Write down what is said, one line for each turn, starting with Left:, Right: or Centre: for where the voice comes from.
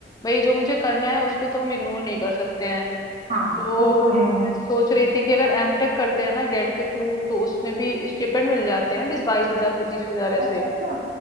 Left: भाई जो मुझे करना है उसको तो हम इग्नोर नहीं कर सकते हैं
Right: हाँ
Left: तो
Right: वो तो है
Left: मैं सोच रही थी कि अगर एमटेक करते हैं ना गेट के थ्रू तो उसमें भी स्टिपेंड मिल जाते हैं बीस बाईस हजार पच्चीस हजार ऐसे
Right: अच्छा अच्छा